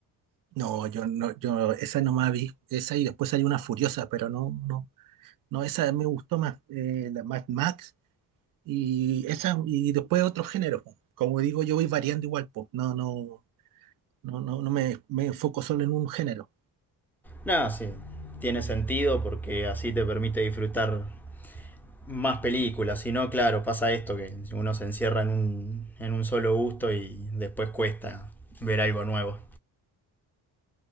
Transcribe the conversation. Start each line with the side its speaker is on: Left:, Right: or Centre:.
Right: No, yo no, yo esa no más vi, esa y después hay una furiosa, pero no, no, no, esa me gustó más, eh, la Mad Max, Y, esa, y después otros géneros. po. Como digo, yo voy variando igual, po. No, no, no, no, no me, me enfoco solo en un género.
Centre: No, sí, tiene sentido porque así te permite disfrutar más películas. Si no, claro, pasa esto que uno se encierra en un, en un solo gusto y después cuesta ver algo nuevo.